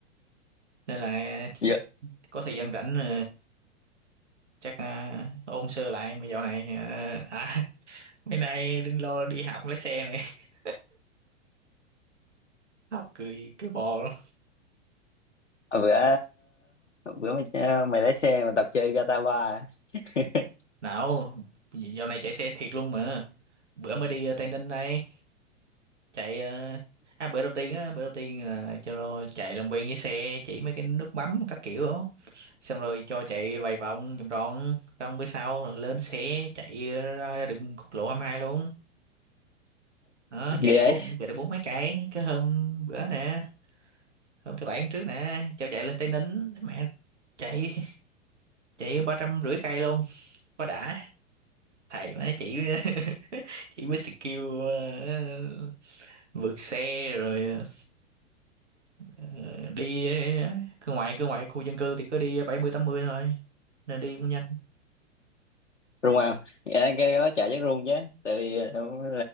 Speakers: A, on the right; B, on the left.
A: nên là
B: dạ.
A: có thời gian rảnh ờ, chắc à, ôn sơ lại mà dạo này à, à <laughs> mấy nay đừng lo đi học lái xe này <laughs> học cười cười bò luôn
B: bữa bữa mày, mày lái xe mà tập chơi Gatawa <laughs>
A: nào dạo này chạy xe thiệt luôn mà bữa mới đi ờ, Tây Ninh đây chạy ờ, à bữa đầu tiên á bữa đầu tiên là cho nó chạy làm quen với xe chỉ mấy cái nút bấm các kiểu đó. xong rồi cho chạy vài vòng vòng tròn xong bữa sau rồi lên xe chạy ra, ra đường quốc lộ 22 luôn đó chạy
B: ghê
A: được
B: ấy
A: bốn chạy được bốn mấy cây cái hôm bữa nè hôm thứ bảy hôm trước nè cho chạy lên Tây Ninh mẹ chạy chạy ba trăm rưỡi cây luôn quá đã thầy má chỉ <laughs> chỉ mới skill ờ, vượt xe rồi ờ, Ờ, đi ờ, cứ ngoại cứ ngoại khu dân cư thì cứ đi bảy mươi tám mươi thôi nên đi cũng nhanh
B: rung à dạ cái đó chạy chắc rung chứ tại vì lần,